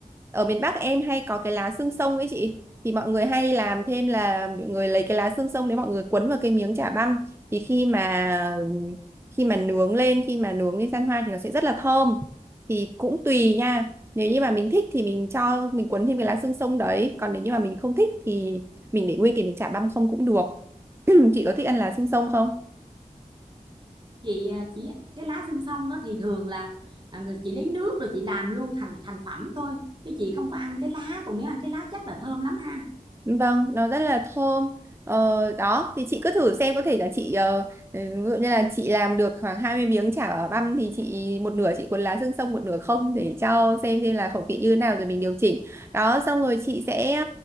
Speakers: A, on the right; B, on the right.
A: ở miền Bắc em hay có cái lá xương sông ấy chị thì mọi người hay làm thêm là mọi người lấy cái lá xương sông đấy mọi người quấn vào cái miếng chả băm thì khi mà khi mà nướng lên khi mà nướng lên gian hoa thì nó sẽ rất là thơm thì cũng tùy nha nếu như mà mình thích thì mình cho mình quấn thêm cái lá xương sông đấy còn nếu như mà mình không thích thì mình để nguyên thì mình chả băm không cũng được <clears throat> <laughs> chị có thích ăn lá xương sông không
B: chị à, chỉ cái lá xương sông đó thì thường là à, người chị lấy nước rồi chị làm luôn thành thành phẩm thôi chứ chị không có ăn cái lá còn nếu ăn cái lá chắc là thơm lắm ha
A: Vâng, nó rất là thơm. Ờ, đó, thì chị cứ thử xem có thể là chị ờ, ừ, ví dụ như là chị làm được khoảng 20 miếng chả bảo băm thì chị một nửa chị cuốn lá xương sông một nửa không để cho xem xem là khẩu vị như thế nào rồi mình điều chỉnh. Đó, xong rồi chị sẽ